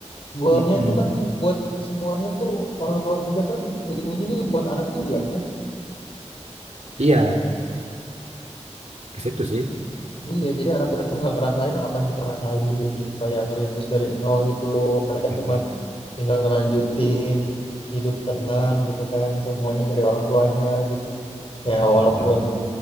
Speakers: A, on the left; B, on the right.
A: Goalnya
B: Mm-mm.
A: tuh kan buat semuanya tuh orang tua kerja kan ujung-ujungnya juga buat anak juga kan mas.
B: Iya, ke situ sih.
A: Jadi- Iya, jadi anak kita tuh nggak ngerasain apa yang kita rasain gitu kayak ngerintis dari nol gitu. Mereka
B: Heeh,
A: cuma tinggal ngelanjutin hidup tenang gitu kan semuanya dari orang tuanya gitu. Ya walaupun
B: heeh.